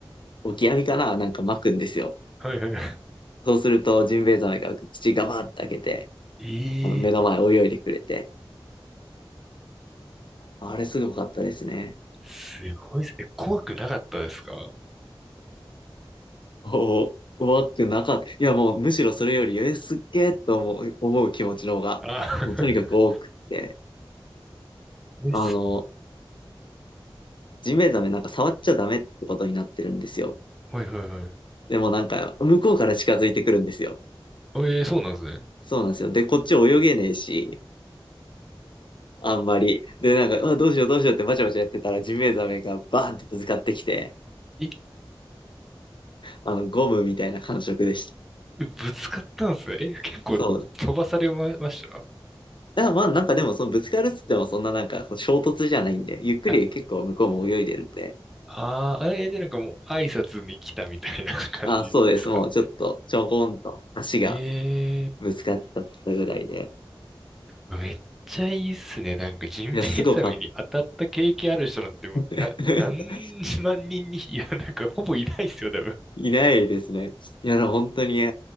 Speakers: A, on the left; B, in the centre.
A: オキアミかななんか巻くんですよ。
B: <laughs> はいは
A: そうすると、ジンベエザメが口ガバッて開けて、
B: い。ええー
A: あの、目の前泳いでくれて、あれすごかったですね。
B: すごいっすね。え怖くなかったですか
A: おお、怖くなかった。いや、もうむしろそれより、え、すっげえと思う、思う気持ちの方が、
B: あ、<laughs>
A: もうとにかく多くって、
B: 怖いっすね。
A: あの、ジンベエザメなんか触っちゃダメってことになってるんですよ。
B: はいはいはい。
A: でもなんか、向こうから近づいてくるんですよ。
B: ええーそうなんですね。
A: そうなんですよ。で、こっち泳げねえし、あんまり。で、なんか、あ、どうしようどうしようってバチャバチャやってたら、ジンベエザメがバーンってぶつかってきて、
B: え、
A: あの、ゴムみたいな感触でした。
B: ぶつかったんですね。え、結構飛ばされま、
A: そう。
B: ました
A: だからまあなんかでもそのぶつかるっつってもそんななんかこう衝突じゃないんで、ゆっくり結構向こうも泳いでるんで、
B: あ、あーあれでなんかもう挨拶に来たみたいな感じですかね。
A: あ、そうです。もうちょっとちょこんと足が
B: ええ
A: ぶつかっちゃったぐらいで。
B: めっちゃいいっすね。なんか、ジンベエザメに当たった経験ある人なんてもう、
A: いや、すごかった。
B: な、
A: <laughs>
B: 何万人に、いや、なんか、ほぼいないっすよ、多分。
A: いないですね。いや、でも本当に、